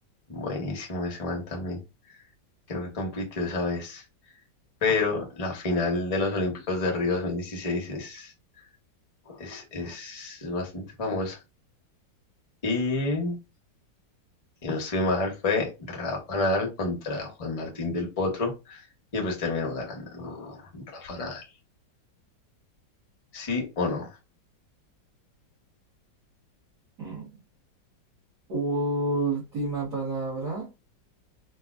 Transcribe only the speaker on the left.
buenísimo ese man también. Creo que compitió esa vez. Pero la final de los Olímpicos de Río 2016 es, es, es, es bastante famosa. Y, si no estoy mal, fue Rafa Nadal contra Juan Martín del Potro. Y pues terminó ganando ¿no? Rafa Nadal. ¿Sí o no?